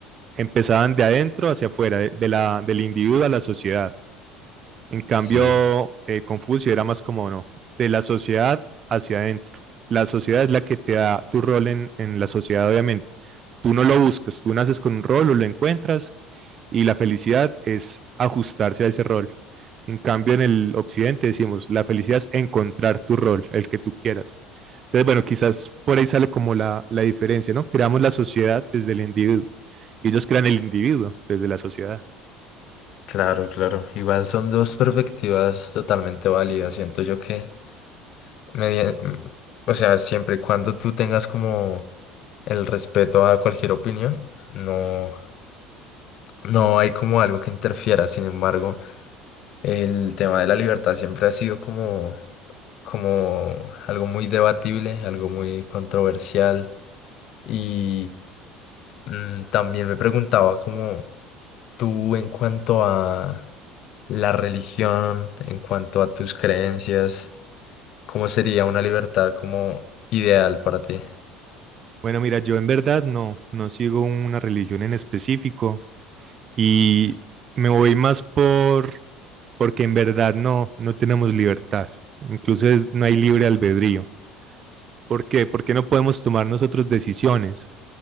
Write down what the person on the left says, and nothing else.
Sí.
Claro, claro. Igual son dos perspectivas totalmente válidas. Siento yo que, media- mm, o sea, siempre y cuando tú tengas como el respeto a cualquier opinión, no, no hay como algo que interfiera. Sin embargo, el tema de la libertad siempre ha sido como, como algo muy debatible, algo muy controversial. Y mm, también me preguntaba como tú en cuanto a la religión, en cuanto a tus creencias. ¿Cómo sería una libertad como ideal para ti?